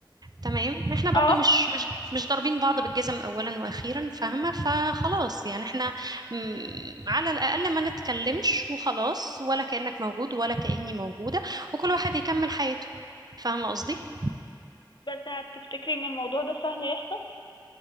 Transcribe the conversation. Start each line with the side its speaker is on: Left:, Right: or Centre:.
Right: تمام احنا برضو
Left: اه
Right: مش مش مش ضاربين بعض بالجزم اولا واخيرا فاهمه فخلاص يعني احنا م، على الاقل ما نتكلمش وخلاص ولا كانك موجود ولا كاني موجوده وكل واحد يكمل حياته فاهمه قصدي
Left: بس هتفتكري ان الموضوع ده سهل يحصل